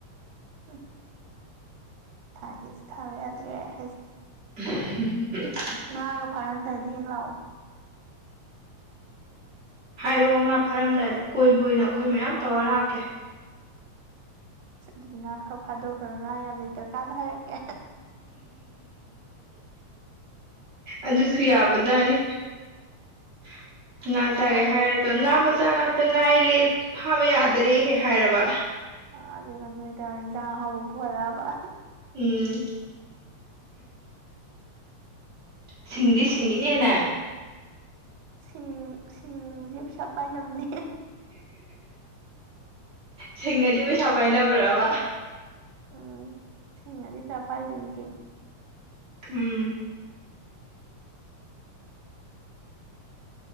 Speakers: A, on the right; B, on the right.
A: <unintelligible> ꯊꯥꯒꯦꯖꯨ ꯊꯥꯕ ꯌꯥꯗ꯭ꯔꯦ ꯍꯦꯁ
B: <inaudible>
A: ꯉꯥꯒ ꯐꯥꯔꯝꯗꯥꯏꯗ ꯍꯦꯛ ꯂꯥꯛꯑꯣ
B: ꯍꯥꯏꯔꯛꯑꯣ ꯉꯥ ꯐꯥꯔꯝꯗꯥꯏꯗ ꯀꯣꯏꯕ ꯑꯣꯏꯅ ꯑꯈꯣꯏ ꯃꯌꯥꯝ ꯇꯧꯔ ꯂꯥꯛꯀꯦ
A: ꯑꯗꯨ ꯉꯥ ꯈꯔ ꯐꯥꯗꯣꯛꯈ꯭ꯔꯒ ꯉꯥ ꯌꯥꯝ ꯂꯩꯇ꯭ꯔꯀꯥꯟꯗ ꯍꯥꯏꯔꯛꯀꯦ
B: ꯑꯗꯨꯖꯨ ꯌꯥꯕꯖꯥꯠꯅꯤ <inaudible> ꯉꯥ ꯆꯥꯒꯦ
A: ꯃꯌꯥꯝ
B: ꯍꯥꯏꯔꯒ
A: ꯂꯩ
B: ꯉꯥ ꯃꯆꯥ ꯉꯥꯛꯇ ꯉꯥꯏꯔꯦ ꯐꯥꯕ ꯌꯥꯗꯔꯦ ꯍꯦꯛ ꯍꯥꯏꯔꯕ
A: ꯑꯥ ꯑꯗꯨꯒ ꯅꯣꯏꯗ ꯏꯟꯖꯥꯡ ꯑꯍꯥꯎꯕ ꯄꯨꯍꯜꯂꯛꯑꯕ
B: ꯎꯝ ꯁꯤꯡꯗꯤ ꯁꯤꯡꯉꯤꯅꯦ ꯅꯪ
A: ꯁꯤꯡ ꯁꯤꯡꯏꯖꯦ ꯄꯩꯁꯥ ꯄꯥꯏꯅꯝꯅꯦ
B: ꯁꯤꯡꯉꯗꯤ ꯄꯩꯁꯥ ꯄꯥꯏꯅꯕ꯭ꯔꯥꯕ
A: ꯎꯝ ꯁꯤꯡꯉꯗꯤ ꯄꯩꯁꯥ ꯄꯥꯏꯗꯣꯏꯅꯤ ꯀꯩꯅꯣ
B: ꯎꯝ